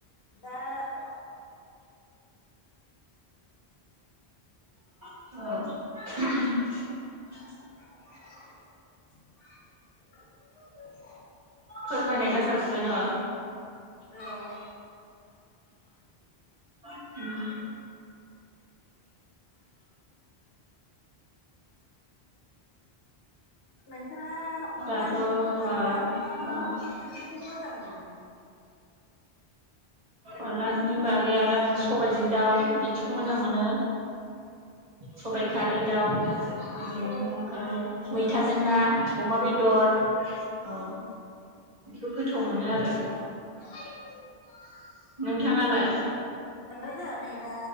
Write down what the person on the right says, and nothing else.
औ।
फोरमायनाय जाखाजोबबाय ना?
न'
दाथ'
होमबा
औ
अनला ओंख्रिनि बागै आरो आङो सबायजों दाउ बिदिखौ मोजां मोनो। सबायाइ खारै
दाउ
ओरैनो
ओमफ्राय मैथाजों
ना अमा बे दर अ। बिदिखौ गोथाव मोनो आरो।
नोंथाङालाय?